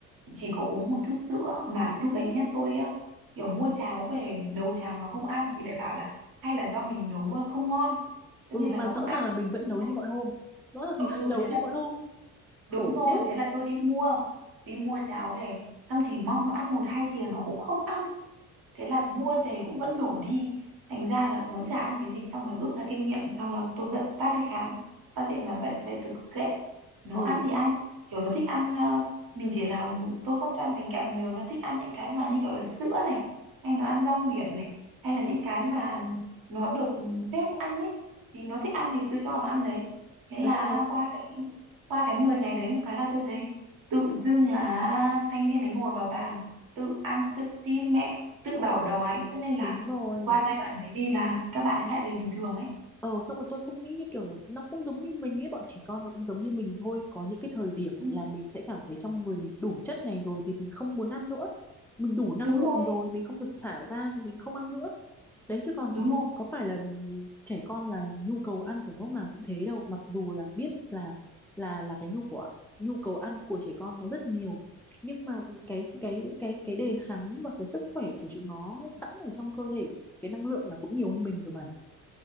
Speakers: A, on the right; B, in the centre.
A: chỉ có uống một chút sữa mà lúc đấy nhá tôi á kiểu mua cháo về này, nấu cháo nó không ăn thì lại bảo là hay là do mình nấu ờ, không ngon cho
B: ừ
A: nên là
B: mà
A: nó
B: rõ
A: không ăn
B: ràng là mình vẫn nấu
A: Thế là-
B: như mọi hôm rõ ràng mình
A: ừ
B: <laughs> vẫn nấu
A: thế là
B: như mọi hôm
A: đúng
B: khổ
A: rồi
B: thế
A: thế là tôi đi mua đi mua cháo về xong chỉ mong nó ăn một hai thìa nó cũng không ăn thế là mua về cũng vẫn đủ đi thành ra là nó chả ăn cái gì xong là rút ra kinh nghiệm xong là tôi vẫn bác đi khám bác sĩ nói vậy thì về tôi cứ kệ nó
B: ừ
A: ăn thì ăn kiểu nó thích ăn ờ, mình chỉ là tôi không cho ăn bánh kẹo nhiều nó thích ăn những cái mà như kiểu là sữa này hay nó ăn rong biển này hay là những cái mà nó được phép ăn ấy thì nó thích ăn thì tôi cho nó ăn đấy thế là
B: đúng rồi
A: qua cái qua cái 10 ngày đấy một cái là tôi thấy tự dưng là thanh niên ấy ngồi vào bàn tự ăn tự xin mẹ tự bảo đói cho nên là
B: đúng rồi
A: qua giai đoạn đấy đi là các bạn ấy lại về bình thường ấy
B: Ờ xong rồi tôi cũng nghĩ như kiểu nó cũng giống như mình ấy bọn trẻ con nó cũng giống như mình thôi có những cái thời điểm
A: ừ,
B: là mình sẽ cảm thấy trong người mình đủ chất này rồi thì mình không muốn ăn nữa mình đủ năng
A: đúng
B: lượng
A: rồi
B: rồi mình không được xả ra thì mình không ăn nữa đấy chứ còn
A: đúng rồi
B: có phải là trẻ con là nhu cầu ăn của lúc nào cũng thế đâu mặc dù là biết là là là cái nhu của nhu cầu ăn của trẻ con nó rất nhiều nhưng mà cái cái cái cái đề kháng và cái sức khỏe của chúng nó sẵn ở trong cơ thể cái năng lượng là cũng nhiều hơn mình rồi mà